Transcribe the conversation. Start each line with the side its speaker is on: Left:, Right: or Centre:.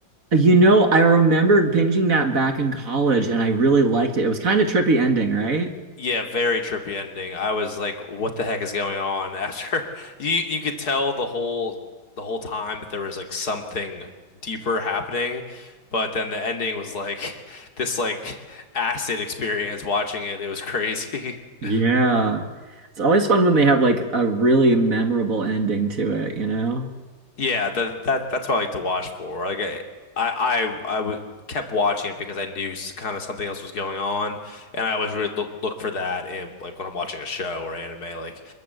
Right: You know, I remembered binging that back in college, and I really liked it. It was kind of trippy ending, right?
Left: Yeah, very trippy ending. I was like, what the heck is going on after <laughs> you you could tell the whole the whole time that there was like something deeper happening, but then the ending was like <laughs> this like acid experience watching it. It was crazy. <laughs>
Right: Yeah. It's always fun when they have like a really memorable ending to it, you know?
Left: Yeah, the, that that's what I like to watch for. Like I I I, I would kept watching it because I knew kind of something else was going on, and I always really look look for that. And like when I'm watching a show or anime, like